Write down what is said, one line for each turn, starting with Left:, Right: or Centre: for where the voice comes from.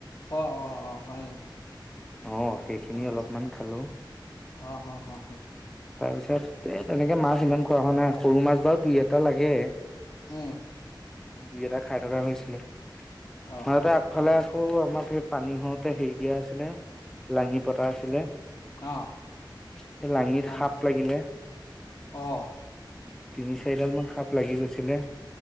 Left: অ অ অ হয় নেকি
Centre: আহ সেইখিনি
Left: অঁ
Centre: অলপমান খালো
Left: অঁ অঁ অঁ অঁ
Centre: তাৰ পিছত এ তেনেকে মাছ ইমান খোৱা হোৱা নাই সৰু মাছ বাৰু দুই এটা লাগে
Left: উম
Centre: দুই এটা খাই থকা হৈছিলে
Left: অঁ
Centre: মতে আগফালে আক আমাৰ পানী হওঁতে হেৰি দিয়া আছিলে লাঙি পতা আছিলে
Left: অঁ
Centre: সেই লাঙিত
Left: লা
Centre: সাপ লাগিলে
Left: অঁ
Centre: তিনি চাৰিডাল মান সাপ লাগি গৈছিলে